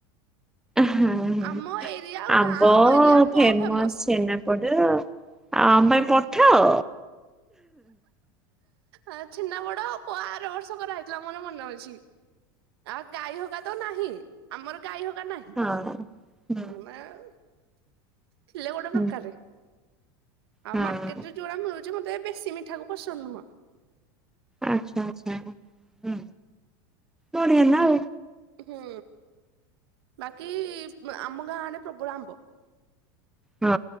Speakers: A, in the centre; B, on the right.
A: ହଁ ହୁଁ
B: ଆମ ଏରିଆ
A: ଆମ୍ବ
B: ଗାଁ ଏରିଆ କଣ
A: ଫେମସ୍
B: ଫେମସ
A: ଛେନା ପୋଡ଼ ଆଉ ଆମ ପାଇଁ ପଠାଅ।
B: ଆ ଛେନା ପଡ କ ଆର ବର୍ଷ କରାହେଇଥିଲା ମୋର ମନେ ଅଛି। ଆ ଗାଈ ହକା ତ ନାହିଁ ଆମର ଗାଈ ହକା ନାହିଁ।
A: ହଁ ହୁଁ।
B: ମାଉ ଥିଲେ ଗୋଟେ
A: ହୁଁ
B: ପ୍ରକାରେ। ଆଉ
A: ହଁ
B: ମାର୍କେଟରେ ଯୋଉରା ମିଳୁଚି ମୋତେ ବେଶୀ ମିଠାକୁ ପସନ୍ଦ ନୁହଁ।
A: ଆଚ୍ଛା ଆଚ୍ଛା ହୁଁ ବଢ଼ିଆ ନା ଆଉ।
B: ହୁଁ ବାକି ଆମ ଗାଁ ଆଡ଼େ ପ୍ରବଳ ଆମ୍ବ।
A: ହଁ